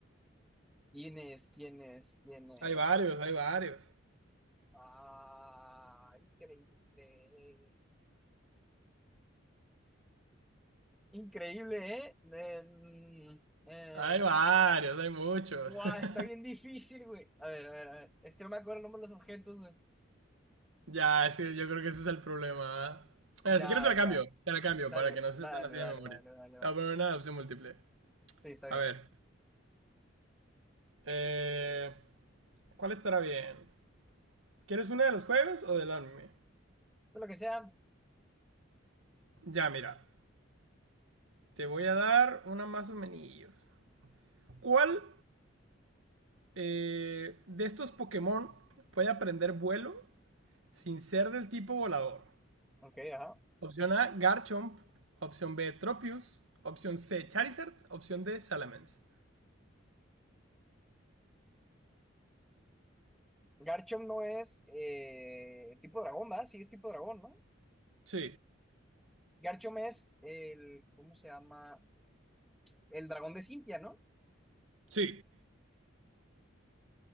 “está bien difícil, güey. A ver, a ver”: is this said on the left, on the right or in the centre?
Centre